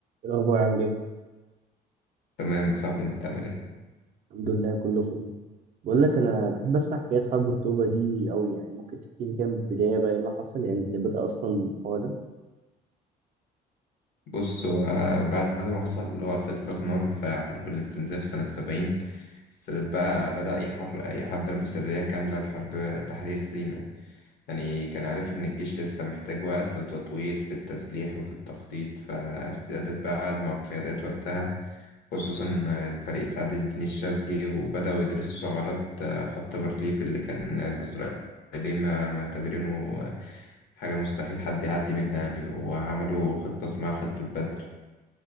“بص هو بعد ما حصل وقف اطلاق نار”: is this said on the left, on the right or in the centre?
Left